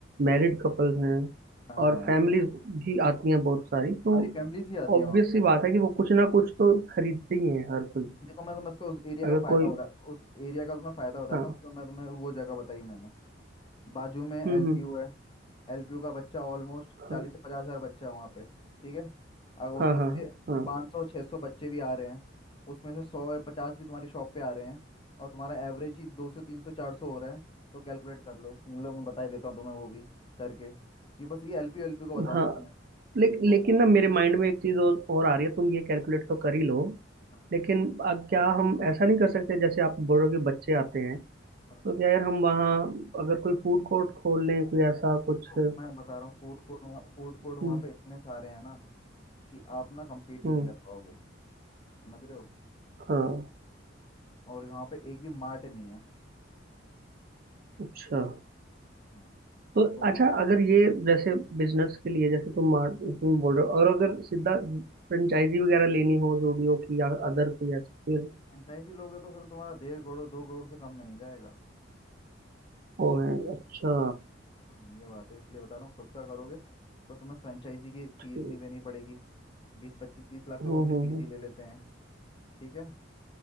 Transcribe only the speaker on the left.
हाँ
हाँ
सारी फैमिलीज ही आती
हैं वहाँ
पे
देखो मैं तुम्हें उसका उस एरिया
का फायदा
बता उस एरिया का तुम्हें फायदा बताता
हूँ क्यों मैं तुम्हें वो जगह बताई मैंने बाजू में एलपीयू
है एलपीयू का बच्चा ऑलमोस्ट
चालीस से पचास हजार बच्चा है वहाँ पे ठीक है और
उसमें
से
पाँच सौ छः सौ बच्चे भी आ रहे हैं उसमें से सौ या पचास भी तुम्हारी शॉप पे आ रहे हैं और तुम्हारा एवरेज ही दो सौ तीन सौ चार सौ हो रहा है तो कैलकुलेट कर लो तुम लोग मैं बता ही देता हूँ तुम्हें वो भी करके कि बस ये एलपीयू एलपीयू का बताऊंगा
तुम्हें
देखो
हाँ,
हाँ,
देखो
मैं बता रहा हूँ फूड कोर्ट वहाँ फूड कोर्ट वहाँ
पे इतने सारे हैं ना कि आप ना कम्पीट ही
नहीं कर पाओगे समझ रहे हो
और यहाँ पे एक भी मार्ट नहीं है
ठीक हाँ हाँ।
तो
हम
फ्रेंचाइजी लोगे तो फिर तुम्हारा डेढ़ करोड़ दो करोड़ से कम में नहीं जाएगा
हाँ ये बात है इसलिए बता रहा हूँ खुद का करोगे तो तुम्हें फ्रेंचाइजी की फीस
नहीं देनी पड़ेगी बीस पच्चीस तीस लाख
तो वो अपनी
फीस
ही ले लेते हैं ठीक है